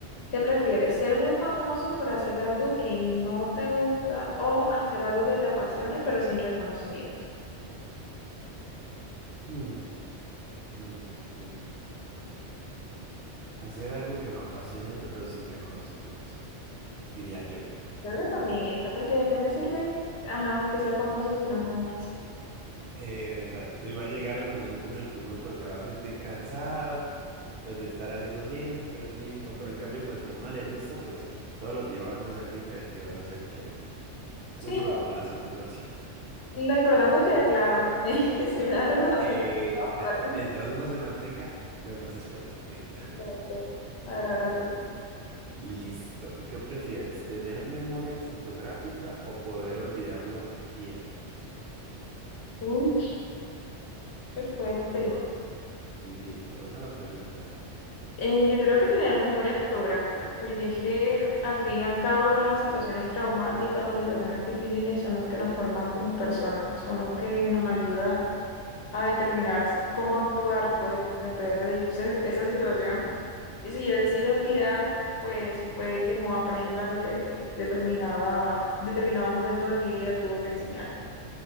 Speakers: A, on the left; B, on the right.
A: ¿qué prefieres? ¿Ser muy famoso por hacer algo que no te gusta o hacer algo que te apasione pero sin reconocimiento?
B: Mm, mm, mm. Hacer algo que me apasione pero sin reconocimiento, diría yo.
A: Creo que también esta, porque ¿de qué me sirve? Ajá, que sea famoso si no me gusta.
B: Eh, o sea, te iba a llegar el momento en el que uno pues se va a sentir cansado, pues de estar haciendo siempre lo mismo, pero en cambio, pues si a uno le gusta, pues todos los días van a ser diferentes y van a ser chévere.
A: Sí,
B: Mucho mejor la segunda opción.
A: Lo importante es que de plata. <laughs> Si me da reconocimiento,
B: Eh,
A: todo
B: exacto.
A: fuerte.
B: Mientras uno se mantenga, lo demás es cuenta. Eh, <laughs>
A: Exacto. Ahora, ahora tú.
B: Listo. ¿Qué prefieres? ¿Tener memoria fotográfica o poder olvidar lo que quieras?
A: Uy, qué fuerte.
B: Oh, sí, está buena la pregunta.
A: Eh, yo creo que tener memoria fotográfica, porque es que al fin y al cabo las situaciones traumáticas o situaciones difíciles son los que nos forman como personas, son los que nos ayuda a determinar cómo actuar, pues, frente a esa, di- se- esa situación. Y si yo decido olvidar, pues puede que no aprenda lo que eh, determinada, determinado momento de mi vida tuvo que enseñarme.